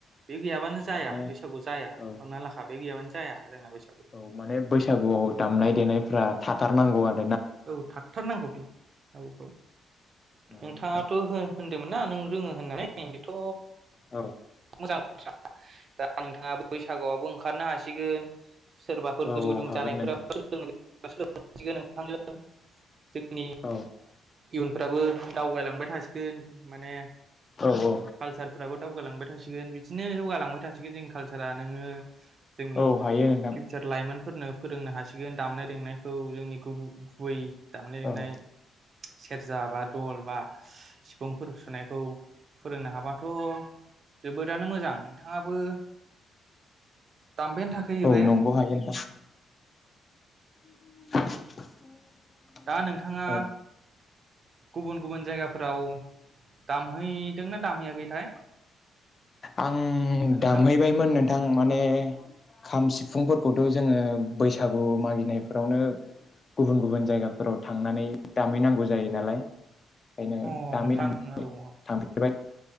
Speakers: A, on the right (about 45°); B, on the left (about 35°).
A: बि गैयाबानो जाया
B: माने
A: बैसागु जाया
B: औ
A: हमना लाखा बे गैयाबानो जा जाया। जोंना बैसागु
B: औ माने बैसागुआव दामनाय देनायफ्रा थाथारनांगौ आर
A: औ थारथारनांगौ बे औ औ
B: नंगौ
A: नोंथाङाथ'
B: नोंथां
A: हो-होनदोंमोन ना नों रोङो होननानै बेथ'
B: औ
A: <unintelligible> दा नोंथाङा बैसागुआवबो ओंखारनो हासिगोन। सोरबाफोर
B: औ
A: गोसो
B: औ
A: गुदुं
B: हागोन
A: जानायफोरा
B: नोंथां
A: <unintelligible> <unintelligible> थांजों <unintelligible>
B: औ
A: इयुनफ्राबो दावगायलांबाय थासिगोन। माने
B: औ औ
A: कालसारफोराबो दावगालांबाय थासिगोन। बिदिनो जौगालांबाय थासिगोन जोंनि कालसारा नोंङो जोंनि
B: औ हायो नोंथां
A: फिउचार लाइमोन फोरनो फोरोंनो हासिगोन दामनाय देनायखौ जोंनि गुबु गुबै दामनाय लेनाय
B: औ
A: सेरजा बा दल बा सिफुंफोर सुनायखौ फोरोंनो हाबाथ' जोबोदानो मोजां नोंथाङाबो दामबायानो थाखायो
B: औ
A: बे
B: नंगौ हायो नोंथां। <unintelligible>
A: दा नोंथाङा
B: औ
A: गुबुन गुबुन जायगाफोराव दामहैदोंना दामहैयाखैथाय?
B: आं
A: दा नोंथां
B: दामहैबायमोन नोंथां माने खाम सि फुफुंफोरखौथ' जोंङो बैसागु मागिनायफोरावनो गुबुन गुबुन जायगाफोराव थांनानै दामहैनांगौ जायो नालाय। ओंखायनो
A: अ
B: दामि
A: नोंथां
B: थां
A: औ औ
B: थांफेरबाय।